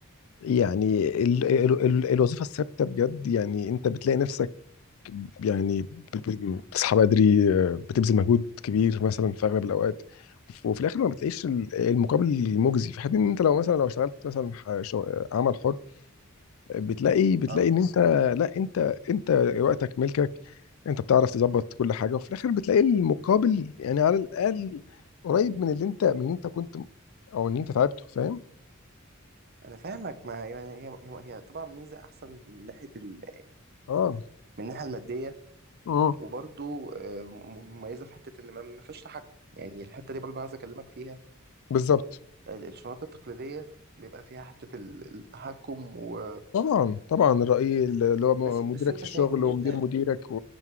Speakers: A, on the left (about 75°); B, on the right (about 50°).
A: يعني ال ال ال الوظيفه الثابته بجد يعني انت بتلاقي نفسك يعني بت- بت- بتصحى بدري آه، بتبذل مجهود كبير مثلا في اغلب الاوقات وفي الاخر ما بتلاقيش ال- المقابل المجزي في حين ان انت لو مثلا لو اشتغلت مثلا ح- شغ- عمل حر بتلاقي بتلاقي
B: اه
A: ان انت لا انت انت وقتك ملكك انت بتعرف تظبط كل حاجه وفي الاخر بتلاقي المقابل يعني على الاقل قريب من اللي انت من اللي انت كنت او ان انت تعبته فاهم
B: أنا فاهمك ما يعني هي هي هي طبعا ميزة أحسن من ناحية ال
A: اه
B: من الناحية المادية
A: اه
B: وبرضو آه، م- مميزة في حتة إن ما ما فيش تحكم يعني الحتة دي برضو أنا عايز أكلمك فيها
A: بالظبط
B: ال- الشنط التقليدية بيبقى فيها حتة ال- التحكم و
A: طبعا طبعا الرأي اللي هو
B: بس
A: مديرك
B: بس أنت
A: في الشغل
B: شايف إن
A: ومدير
B: أنت
A: مديرك